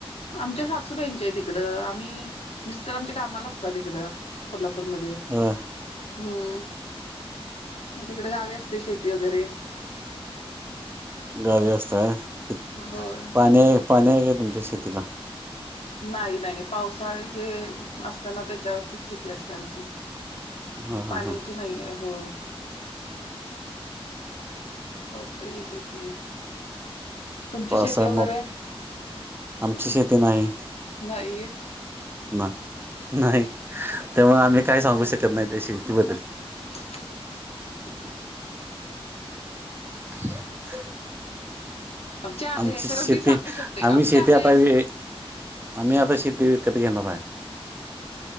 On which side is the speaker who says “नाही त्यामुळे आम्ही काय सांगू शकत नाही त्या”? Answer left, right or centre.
Right